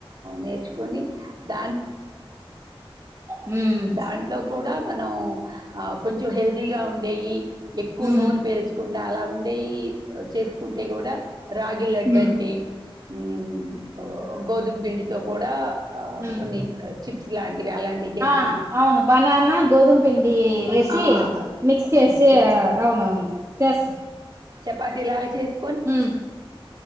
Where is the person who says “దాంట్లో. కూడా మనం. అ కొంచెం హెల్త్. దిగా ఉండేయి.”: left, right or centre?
Right